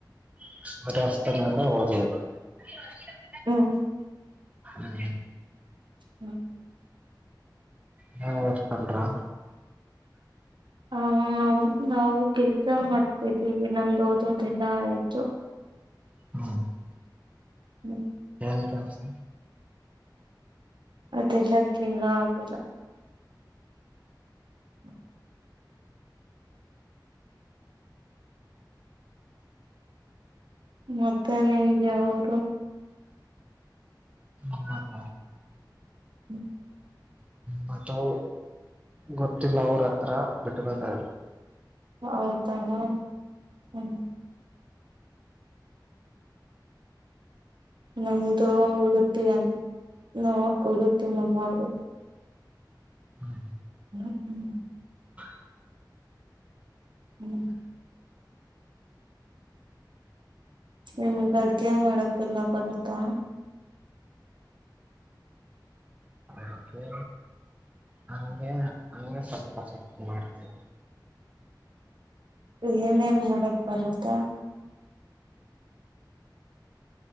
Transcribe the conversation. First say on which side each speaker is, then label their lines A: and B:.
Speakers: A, on the right; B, on the right.
A: <unintelligible>
B: ಹ್ಮ್
A: ಹ್ಮ
B: ಹ್ಮ್.
A: ನೀವು ಓದ್ಕೊಂಡ್ರಾ.
B: ಹ ನಮ್ ನಾವು ಕೆಲ್ಸ ಮಾಡ್ತಿದ್ದೀವಿ ನಮ್ದು ಓದೋದೆಲ್ಲ ಆಯ್ತು.
A: <inaudible>
B: ಹ್ಞ್
A: ಏನ್ ಕೆಲ್ಸ?
B: ಅದೆಲ್ಲ ಕೇಳೋ ಆಗಿಲ್ಲ. <inaudible> ಮತ್ತೆ ನಿಮ್ದು ಯಾವುರು?
A: ನಮ್ಮದ?
B: ಹ್ಮ
A: ಮತವ್ ಗೊತ್ತಿಲ್ಲ ಅವ್ರ ಹತ್ರ ಬಿಟ್ಟು ಬಂದಾ.
B: ಹೌದಾ ಹ್ಮ ಹ್ಮ್. ನಮ್ದು ಉಡುಪಿಯ ನ ಉಡುಪಿ ನಮ್ಮೂರು
A: ಹ್ಮ
B: ಹ್ಞೂ ಹ್ಞೂ
A: ಹ
B: ಹ್ಮ್ ನಿಮ್ಗಡ್ಗೆ ಮಾಡಕೆಲ್ಲ ಬರುತ್ತಾ
A: ಅಡ್ಗೇ ಹಗೆ ಹಂಗೆ ಸ್ವಲ್ಪ ಸ್ವಲ್ಪ ಮಾಡ್ತವಿ
B: ಏನೇನ್ ಮಾಡಕ್ ಬರತ್ತೇ